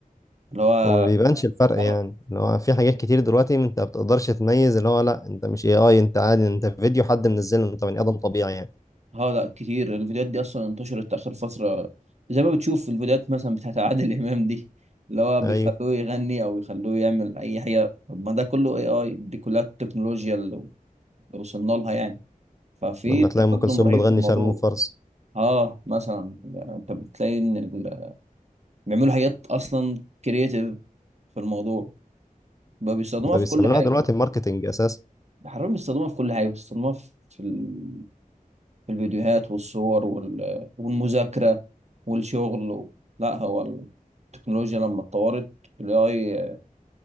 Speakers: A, on the right (about 50°); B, on the left (about 20°).
A: اللي هو
B: هو ما بيبانش الفرق
A: اه
B: يعني اللي هو في حاجات كتير دلوقتي انت ما بتقدرش تميز اللي هو لا انت مش اي اي انت عادي انت فيديو حد منزله انت بني ادم طبيعي يعني
A: اه لا كتير الفيديوهات دي اصلا انتشرت اخر فتره زي ما بتشوف الفيديوهات مثلا بتاعت عادل <laughs> امام دي اللي هو بيخلوه
B: ايوه
A: يغني او بيخلوه يعمل اي حاجه طب ما ده كله اي اي دي كلها التكنولوجيا اللي اللي وصلنا لها يعني ففي
B: لما
A: تقدم
B: تلاقي ام كلثوم
A: رهيب
B: بتغني
A: في الموضوع
B: شارمو فرز
A: اه مثلا انت بتلاقي ان ال- بيعملوا حاجات اصلا كرييتيف في الموضوع بقى بيستخدموها
B: ده
A: في
B: بيستعملوها
A: كل حاجه
B: دلوقتي ماركتنج اساسا
A: حرفيا بيستخدموها في كل حاجه بيستخدموها في في الفيديوهات والصور وال... والمذاكرة والشغل و... لا هو التكنولوجيا لما اتطورت ال AI